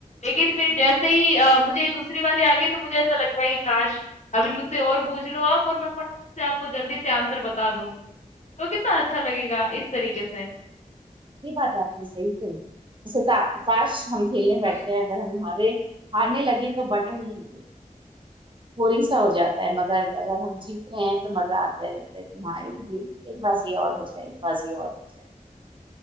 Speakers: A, on the left; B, on the right.
A: लेकिन फिर जैसे ही अ, मुझे ये दूसरी वाली आ गई तो मुझे ऐसा लगता है कि काश! अभी मुझसे और पूछ लो आप और मैं फटाक से आपको जल्दी से आंसर बता दूँ। तो कितना अच्छा लगेगा इस तरीके से।
B: ये बात आपने सही कही जैसे ता, काश हम खेलने बैठते
A: है।
B: हैं अगर हम हारे हारने लगे तो बड़ा ही बोरिंग सा हो जाता है मगर अगर हम जीत रहे हैं तो मजा आता है लगता है कि हाँ एक जी- एक बाजी और हो जाए एक बाजी और हो जाए